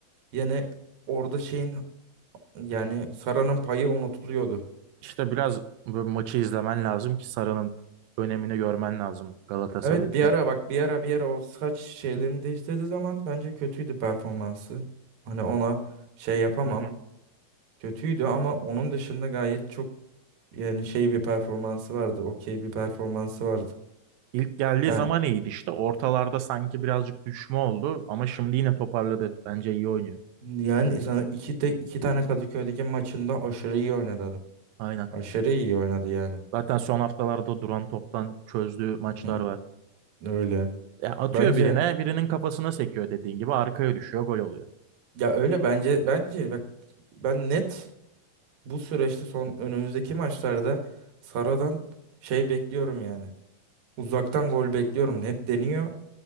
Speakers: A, on the right; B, on the right.
A: Yani orada şeyin yani Sara'nın payı unutuluyordu.
B: İşte biraz bu maçı izlemen lazım ki Sara'nın önemini görmen lazım Galatasaray
A: Evet
B: için.
A: bir ara bak bir ara bir ara o saç şeylerini değiştirdiği zaman bence kötüydü performansı. Hani ona şey yapamam.
B: Hı hı.
A: Kötüydü ama onun dışında gayet çok yani şey bir performansı vardı. Okey bir performansı vardı.
B: İlk geldiği
A: Yani
B: zaman iyiydi işte. Ortalarda sanki birazcık düşme oldu ama şimdi yine toparladı. Bence iyi oynuyor.
A: yani sana iki de iki tane Kadıköy'deki maçında aşırı iyi oynadı adam.
B: Aynen.
A: Aşırı iyi oynadı yani.
B: Zaten son haftalarda duran toptan çözdüğü maçlar
A: Hı <laughs> hı.
B: var.
A: Öyle.
B: Ya atıyor
A: Bence
B: birine, birinin kafasına sekiyor dediğin gibi arkaya düşüyor, gol oluyor.
A: ya öyle bence bence bak ben net bu süreçte son önümüzdeki maçlarda Sara'dan şey bekliyorum yani. Uzaktan gol bekliyorum. Hep deniyor.